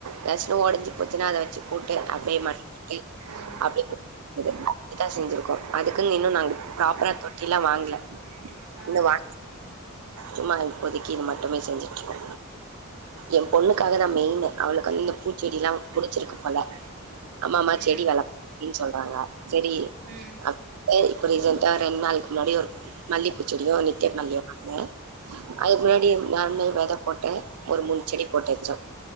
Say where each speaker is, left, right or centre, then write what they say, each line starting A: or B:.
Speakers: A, on the right; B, on the right.
A: எதாச்சினு ஒடஞ்சி போச்சினா அத வ ச்சு போட்டு அப்டியே மண் கொட்டி
B: ஆ
A: அப்டியே <inaudible> அப்டித்தா செஞ்சிருக்கோ அதுக்குன் இன்னு நாங்க ப்ராப்பரா தொட்டில்லா வாங்ல
B: ஆ
A: இன்னு வா சும்மா இப்போதக்கி இது மட்டுமே செஞ்சுட்ருக்கோ எ பொண்ணுக்காக தா மெயினு அவளுக்கு வந்து இந்த பூச்செடில்லா புடுச்சிருக்கு போல அம்மா அம்மா
B: ம்
A: செடி வள அப்டின் சொல்றாங்க செரி
B: ம்
A: அது மே இப்ப ரீசன்ட்டா ரெண் நாளைக்கி முன்னாடி ஒரு மல்லி ப்பூசெடியோ நிக்கர் மல்லியு வாங்குனே
B: ம்
A: அதுக்கு முன்னாடி நானுமே வெத போட்டே ஒரு மூணு செடி போட்டு வச்சோ